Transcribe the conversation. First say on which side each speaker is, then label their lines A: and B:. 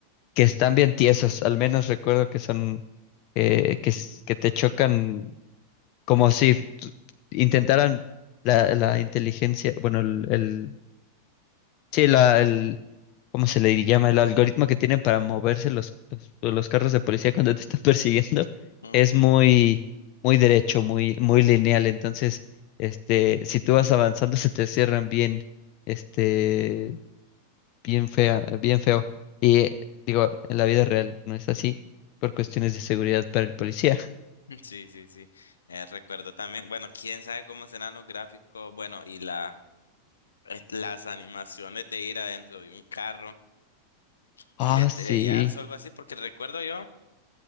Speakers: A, on the left; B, on the left.
A: que están bien tiesos, al menos recuerdo que son, eh, que, s- que te chocan como si t- intentaran la, la inteligencia, bueno, el, Sí, la, el, ¿cómo se le llama? El algoritmo que tienen para moverse los, los, los carros de policía cuando te están <laughs> persiguiendo
B: Ujú.
A: es muy, muy derecho, muy, muy lineal. Entonces, este, si tú vas avanzando, se te cierran bien, este, bien fea, bien feo. Y eh, digo, en la vida real no es así por cuestiones de seguridad para el policía. <laughs>
B: Sí, sí, sí. Eh, recuerdo también, bueno, quién sabe cómo serán los gráficos, bueno, y la, est- las animaciones de ir adentro de un carro y
A: Ah,
B: estrellarse
A: sí.
B: o algo así, porque recuerdo yo.